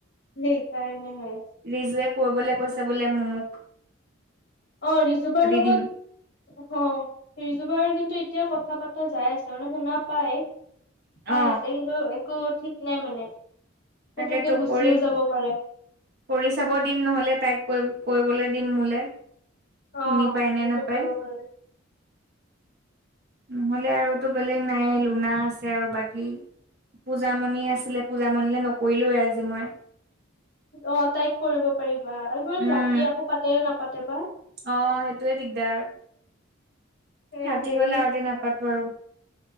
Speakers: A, on the left; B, on the right.
A: সেই কাৰণে হয়।
B: ৰিজুৱে কলৈ কৈছে বোলে মনুক-
A: অ ৰিজুভাৰ লগত
B: দিম
A: অ ৰিজোবাই কিন্তু এতিয়া কথা বাতা যাই আছে মানে শুনা পাই। পাই
B: অ
A: আছে কিন্তু একো ঠিক নাই মানে পুতুকে
B: তাকেতো
A: গুচিও
B: কৰি
A: যাব পাৰে।
B: কৰি চাব দিম নহ'লে তাইক কৈ কৰিবলৈ দিম মোলৈ শুনি
A: অ
B: পায়
A: সেইটো
B: নে নাপায়।
A: কৰিব পাৰিবি
B: নহলে আৰুটো বেলেগ নাই লোনা, আছে আৰু বাকী পূজাামণি, আছিলে পূজা, মনিলে নকৰিলোয়ে আজি মই-
A: অ তাইক কৰিব পাৰিবা আৰু ইমান
B: উম
A: ৰাতি আকৌ পাতে নাপাতে বা।
B: অ সেইটোয়ে দিগদাৰ।
A: এ
B: ৰাতি
A: হেৰি
B: হলে আতে নাপাতো আৰু-